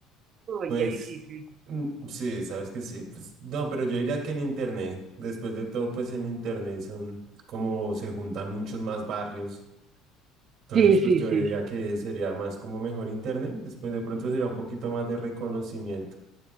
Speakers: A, on the right; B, on the right.
A: Uy,
B: Pues
A: qué difícil.
B: mm, sí, sabes que sí. Pues, no, pero yo diría que en Internet, después de todo, pues en Internet son como se juntan muchos más barrios. Entonces,
A: Sí,
B: pues
A: sí,
B: yo diría
A: sí,
B: que sería más como mejor Internet. Después de pronto sería un poquito más de reconocimiento.